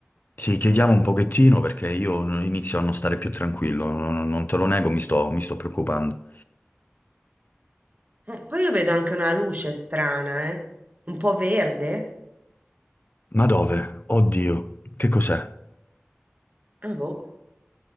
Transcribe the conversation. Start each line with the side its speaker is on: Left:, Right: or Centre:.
Left: Sì, chiediamo un pochettino perché io inizio a non stare più tranquillo, non, non te lo nego, mi sto, mi sto preoccupando.
Right: Eh, poi io vedo anche una luce strana, eh, un po' verde.
Left: Ma dove? Oddio, che cos'è?
Right: Ah, boh,